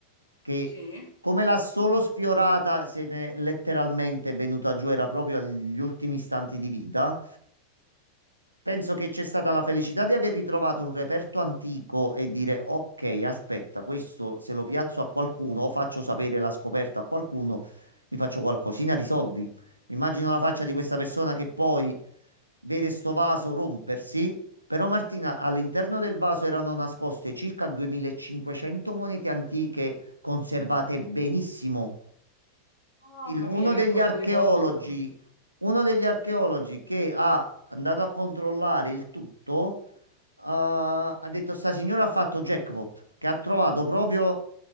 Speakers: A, on the right; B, on the left.
A: che
B: Sì.
A: come l'ha solo sfiorata, se ne è letteralmente venuta giù, era proprio agli ultimi istanti di vita. Penso che c'è stata la felicità di aver ritrovato un reperto antico e dire: Ok, aspetta, questo se lo piazzo a qualcuno o faccio sapere la scoperta a qualcuno, mi faccio qualcosina di soldi. Mi immagino la faccia di questa persona che poi vede sto vaso rompersi. Però, Martina, all'interno del vaso erano nascoste circa 2500 monete antiche conservate benissimo
B: Mamma
A: il- uno
B: mia, che
A: degli
B: colpo
A: archeologi,
B: di fortuna.
A: uno degli archeologi
B: Sì.
A: che ha andato a controllare il tutto, eh, ha
B: Sì.
A: detto: Sta signora ha fatto jackpot, che ha trovato proprio